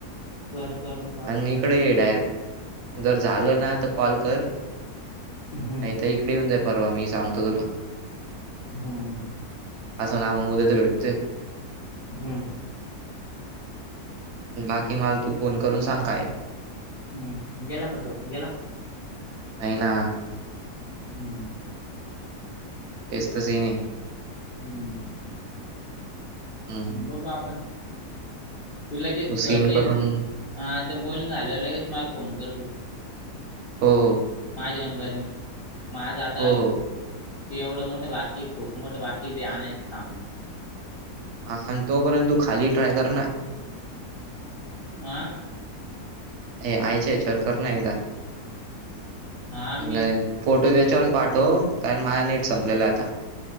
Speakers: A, on the left; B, on the right.
A: बरं करून पाहतो
B: आणि इकडं ये डायरेक्ट जर झालं ना तर कॉल कर
A: हम्म
B: ऐक तर इकडं येऊन जाय परवा मी सांगतो तुला
A: हम्म
B: नावांमध्ये तर भेटतय.
A: हम्म
B: बाकी मला तू फोन करून सांग काय
A: हम्म गेला का तो गेला?
B: हाय ना.
A: हम्म
B: तेच तसे नाही.
A: हम्म
B: हम्म
A: बघू आपण तुला काय
B: तू सीन
A: ते
B: करून
A: हा आता बोलणं झाल्यावं लगेच मला फोन कर तू
B: हो
A: माझ्या नंबरनी माझं आता
B: हो
A: ते
B: हो
A: एवढं मोठं बाकी खूप मोठं बाकी जे आणायंच सामान
B: हा आणि तोपर्यंत तू खाली ट्राय कर ना.
A: म
B: हे आईच्या याच्यावर कर ना एकदा
A: हा मी
B: नाही फोटो याच्यावरच पाठव कारण माझ नेट संपलेलं हे आता